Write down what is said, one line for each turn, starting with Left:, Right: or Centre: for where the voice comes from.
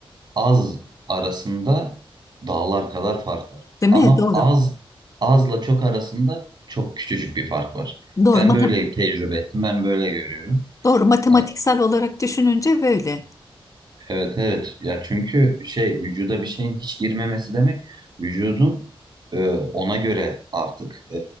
Right: az arasında dağlar kadar fark var.
Left: değil
Right: Ama
Left: mi? Doğru.
Right: az azla çok arasında çok küçücük bir fark var.
Left: Doğru.
Right: Ben
Left: Matem
Right: böyle tecrübe ettim. Ben böyle görüyorum.
Left: doğru. Matematiksel
Right: E,
Left: olarak düşününce böyle.
Right: Evet evet ya çünkü şey vücuda bir şeyin hiç girmemesi demek vücudun e, ona göre artık e,